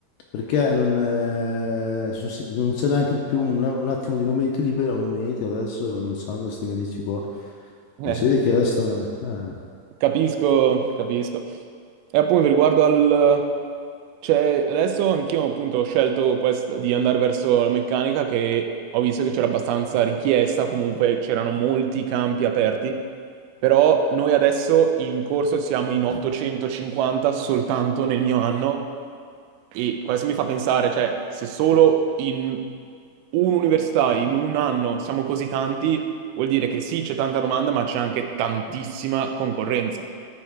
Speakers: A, on the left (about 80°); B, on the right (about 85°).
A: Perché non, eh, sono si- non c'è neanche più un, un attimo di momento libero a momenti, adesso non sanno questi miei amici qua.
B: <laughs>
A: Eh, si vede che resta... eh,
B: Capisco, capisco. E appunto riguardo al... Cioè, adesso anch'io appunto ho scelto quest- di andare verso la meccanica che ho visto che c'era abbastanza richiesta, comunque c'erano molti campi aperti, però noi adesso in corso siamo in 850 soltanto nel mio anno e questo mi fa pensare, cioè, se solo in un'università, in un anno siamo così tanti, vuol dire che sì, c'è tanta domanda, ma c'è anche tantissima concorrenza.